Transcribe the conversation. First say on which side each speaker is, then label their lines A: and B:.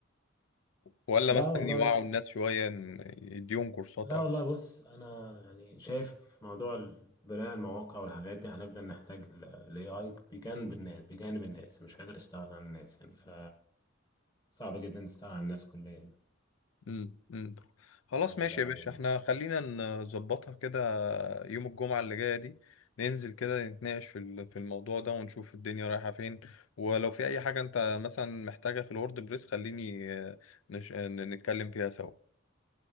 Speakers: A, on the left; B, on the left.
A: ولا
B: لا
A: مثلا
B: والله
A: يوعوا الناس شويه إن يديهم كورسات
B: لا والله بص انا يعني شايف في موضوع ال- بناء المواقع والحاجات دي هنفضل نحتاج الاي اي بجانب الناس بجانب الناس مش قادر استغنى عن الناس يعني ف صعب جدا تستغنى عن الناس كليا
A: امم امم خلاص
B: تمام
A: ماشي
B: ده رأيي
A: يا باشا
B: يعني
A: احنا خلينا نظبطها كده يوم الجمعة اللي جاية دي ننزل كده نتناقش في ال- في الموضوع ده ونشوف الدنيا رايحة فين ولو في اي حاجة انت مثلا محتاجها في الورد بريس خليني آه، نش... آه، نتكلم فيها سوا